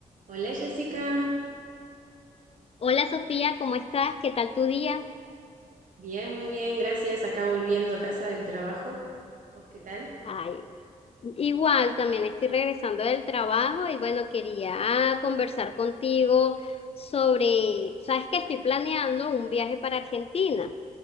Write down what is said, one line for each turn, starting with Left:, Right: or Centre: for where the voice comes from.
Right: Hola Jessica,
Left: Hola Sofía, ¿cómo estás? ¿Qué tal tu día?
Right: bien, muy bien, gracias. Acá volviendo a casa del trabajo. ¿Vos qué tal?
Left: Ay, igual también estoy regresando del trabajo y bueno, quería conversar contigo sobre, sabes que estoy planeando un viaje para Argentina.